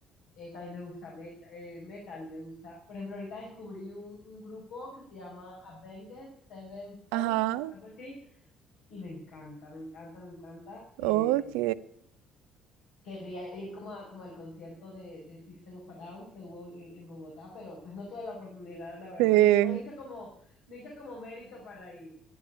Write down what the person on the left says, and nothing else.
eh, también me gusta meta- eh, metal, me gusta, por ejemplo, ahorita descubrí un, un grupo que se llama Avenged Sevenfold,
algo así, y me encanta, me encanta, me encanta. em,
Quería ir como, a- como al concierto de, de System of a Down que hubo en, en Bogotá, pero pues no tuve la oportunidad, la verdad,
no, no hice como, no hice como mérito para ir,